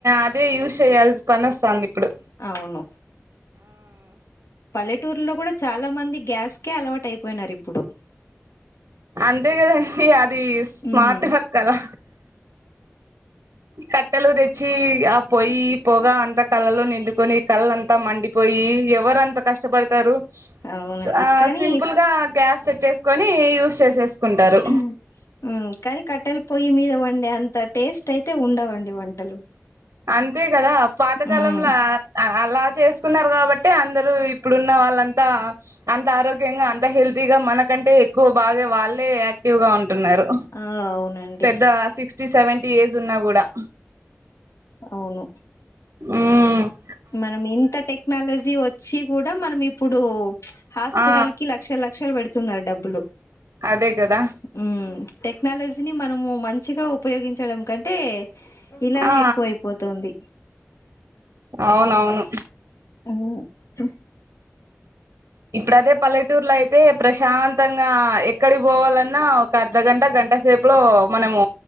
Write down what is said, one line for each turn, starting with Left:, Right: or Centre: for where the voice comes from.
Right: అదే యూజ్ చేయాల్సి పని ఒస్థాంది.
Left: అవును పల్లెటూర్లో కూడా చాలా మంది గ్యాస్కే అలవాట్ అయిపోయినారు ఇప్పుడు.
Right: అంతే గదండి అది స్మార్ట్
Left: ఉమ్,
Right: వర్క్ కదా కట్టెలు తెచ్చి ఆ పొయి పోగా అంతా కళ్ళలో నిండుకొని కళ్లంతా మండి పోయి ఎవరంత కష్టపడతారు.
Left: అవునండి
Right: స్ అ
Left: కానీ
Right: సింపుల్ గా గ్యాస్ తెచ్చేసుకొని యూస్ చేసేసుకుంటారు
Left: మ్ కని కట్టెల పొయ్యి మీద వండే అంత టేస్ట్ అయితే ఉండవండి వంటలు.
Right: అంతే గదా పాతకాలంల
Left: ఉమ్,
Right: అహ్ అల్ అలా చేసుకున్నారు కాబట్టే అందరూ ఇప్పుడున్న వాళ్ళంతా అంత ఆరోగ్యంగా అంత హెల్తీగా మ మనకంటే ఎక్కువ బాగే వాళ్ళే యాక్టివ్ గా ఉంటున్నారు.
Left: ఆ అవునండి
Right: పెద్దా సిక్స్ క్స్టీ సెవెంటీ ఏజ్ ఉన్నా గూడా
Left: అవును
Right: మ్
Left: మనం ఇంత టెక్నాలజీ వచ్చి కూడా మనం ఇప్పుడు హాస్పిటల్
Right: ఆ
Left: కి లక్షల్ లక్షల్ పెడుతున్నారు డబ్బులు.
Right: అదే గదా
Left: ఉమ్, టెక్నాలజీని మనము మంచిగా ఉపయోగించడం కంటే ఇలానే
Right: ఆ
Left: ఎక్కువయిపోతుంది.
Right: అవునవును
Left: అవును హ్
Right: ఇప్పుడు అదే పల్లెటూర్లో అయితే ప్రశాంతంగా ఎక్కడికి పోవాలన్నా ఒక అర్ధగంట, గంట సేపులో మనము